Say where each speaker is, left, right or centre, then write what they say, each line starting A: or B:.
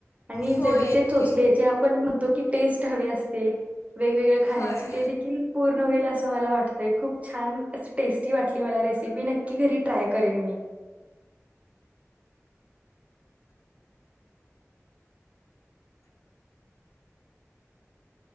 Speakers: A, on the right; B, on the left.
A: आणि
B: होय
A: जबीचे चोचले
B: ते
A: जे आपण म्हणतो की टेस्ट हवे असते वेगवेगळ्या खाण्याची
B: होय
A: ते देखील पूर्ण होईल अस तुमाला वाटतय खूप छान अस टेस्टी वाटली मला रेसिपी नक्की घरी ट्राय करेन मी